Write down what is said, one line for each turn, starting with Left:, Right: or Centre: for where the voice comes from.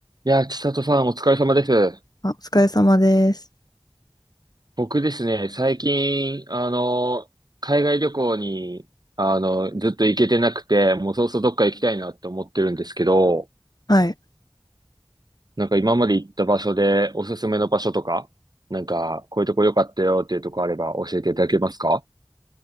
Right: いやー、千里さんお疲れ様です。
Left: あ、お疲れ様です。
Right: 僕ですね、最近、あの、海外旅行に、あの、ずっと行けてなくて、もうそろそろどっか行きたいなって思ってるんですけど、
Left: はい。
Right: なんか今まで行った場所でおすすめの場所とか、なんかこういうとこ良かったよっていうとこあれば教えていただけますか